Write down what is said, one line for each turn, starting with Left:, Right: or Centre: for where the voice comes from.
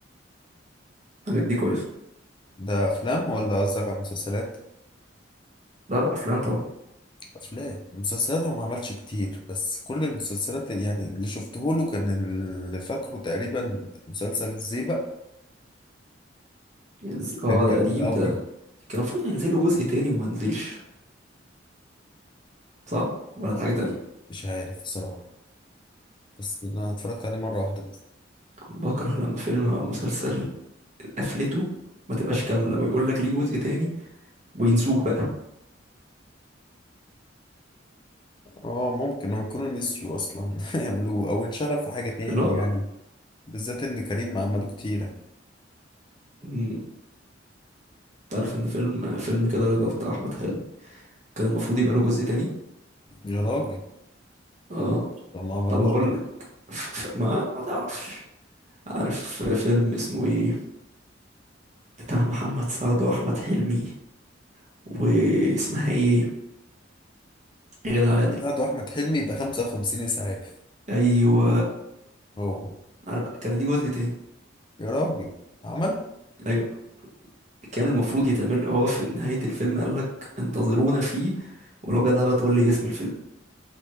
Right: الحاجات دي كويسة
Left: ده أفلام ولا قصدك على المسلسلات؟
Right: لا لا أفلام طبعا
Left: أفلام مسلسلات هو ما عملش كتير بس كل المسلسلات اللي يعني اللي شفته له كان اللي فاكره تقريبا مسلسل الزيبق
Right: إز- اه
Left: كان
Right: ده
Left: جامد
Right: قديم
Left: قوي
Right: ده كان المفروض هينزل له جزء تاني وما نزلش صح ولا ده حاجة تانية
Left: مش عارف بصراحة بس أنا اتفرجت عليه مرة واحدة بس
Right: بكره لما فيلم أو مسلسل قفلته ما تبقاش كاملة ويقول لك ليه جزء تاني وينسوك بقى
Left: اه ممكن هو يكونوا نسيوا أصلا <laughs> يعملوه أو انشغل في حاجة تاني
Right: اللي هو
Left: يعني بالذات ان كريم عملوه كتيرة
Right: مم، تعرف إن فيلم فيلم كده رضا بتاع أحمد حلمي كان المفروض يبقى له جزء تاني
Left: يا راجل
Right: اه
Left: طب ما عملوش
Right: طب هقول
Left: ليه
Right: لك ف... ف... ما ما تعرفش عارف فيلم اسمه ايه بتاع محمد سعد وأحمد حلمي واسمها ايه غادة عادل
Left: لا ده احمد حلمي يبقى 55 اسعاف
Right: أيوه
Left: هو
Right: عر- كان ليه جزء تاني
Left: يا راجل عمل
Right: ايوه كان المفروض يتعمل هو في نهاية الفيلم قال لك انتظرونا فيه ولو جدع بقى تقول لي اسم الفيلم